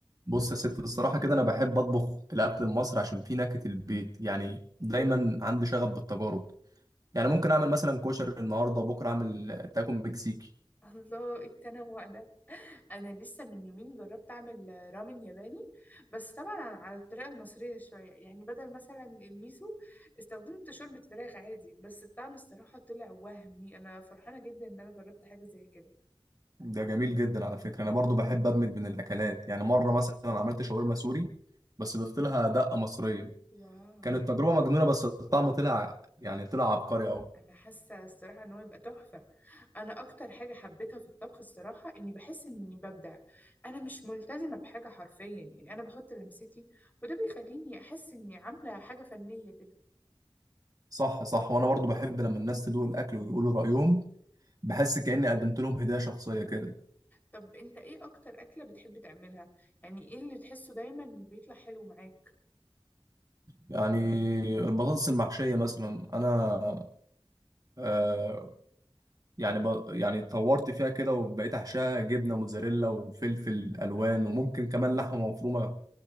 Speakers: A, on the right; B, on the left.
A: بص يا ست الصراحه كده انا بحب اطبخ الاكل المصري عشان فيه نكهه البيت يعني دايما عندي شغف بالتجارب يعني ممكن اعمل مثلا كشري النهارده بكره اعمل تاكو مكسيكي
B: الله التنوع ده انا لسه من يومين جربت اعمل آه، رامن ياباني بس طبعا على الطريقه المصريه شويه يعني بدل مثلا الميسو استخدمت شوربه فراخ عادي بس الطعم الصراحه طلع وهمي انا فرحانه جدا ان انا جربت حاجه زي كده
A: ده جميل جدا على فكره انا برضو بحب ادمج بين الاكلات يعني مره مثلا عملت شاورما سوري بس ضفت لها دقه مصريه
B: واو
A: كانت تجربه مجنونه بس الطعم طلع يعني طلع عبقري قوي
B: انا حاسه الصراحه ان هو يبقى تحفه انا اكتر حاجه حبيتها في الطبخ الصراحه اني بحس اني ببدع انا مش ملتزمه بحاجه حرفيا يعني انا بحط لمستي وده بيخليني احس اني عامله حاجه فنيه كده
A: صح صح وانا برضو بحب لما الناس تدوق الاكل ويقولوا رايهم بحس كاني قدمت لهم هديه شخصيه كده
B: طب انت ايه اكتر اكلة بتحب تعملها يعني ايه اللي تحسه دايما بيطلع حلو معاك
A: يعني البطاطس المحشيه مثلا انا آه، يعني ب... يعني طورت فيها كده وبقيت احشاها جبنه موتزاريلا وفلفل الوان وممكن كمان لحمه مفرومه